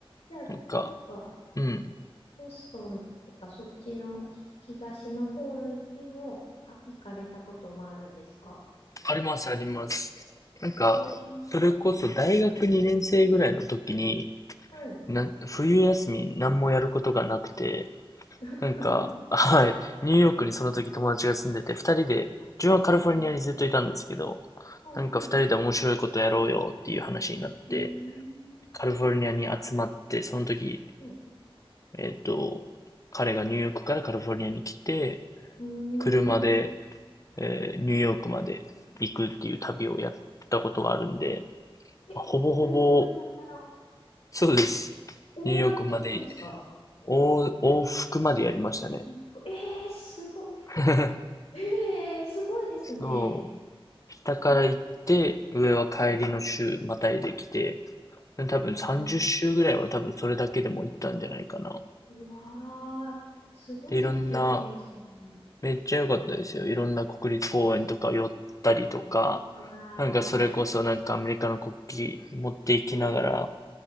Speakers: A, on the left; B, on the left.
A: じゃあ、
B: なんか、
A: なんか、
B: うん。
A: ボストンとかそっちのひ東の方にも、あ、行かれたこともあるんですか
B: あります、あります。なんか、
A: えー、
B: それこそ大学2年生ぐらいの時に、
A: はい。
B: な、冬休み何もやることがなくて、
A: <laughs>
B: なんか、はい、ニューヨークにその時友達が住んでて、二人で、自分はカリフォルニアにずっといたんですけど、
A: うんあ、はいは
B: なんか二人で面白いことやろうよっていう話になって、
A: い。うん。
B: カリフォルニアに集まって、その時
A: はい
B: えっと、彼がニューヨークからカリフォルニアに来て、
A: うんうーん
B: 車で、えーニューヨークまで行くっていう旅をやったことがあるんで、
A: え、
B: まあほぼほぼ、
A: カリフォルニアから
B: そうです。
A: 横断ってことですか
B: ニューヨークまで、往往復までやりましたね。
A: うんえー、すご
B: <laughs>
A: い。えー、すごいですね。
B: そう。下から行って、
A: えー、
B: 上は帰りの週、
A: はい。
B: またいできて、多分30週ぐらいは多分それだけでも行ったんじゃないかな。
A: あーうわー、すごいいい経験ですね。
B: で、いろんなめっちゃ良かったですよ。いろんな国立公園とか寄ったりとか、
A: うわ
B: なんかそれこそなんかアメリカの国旗持っていきながら、
A: ー、はい。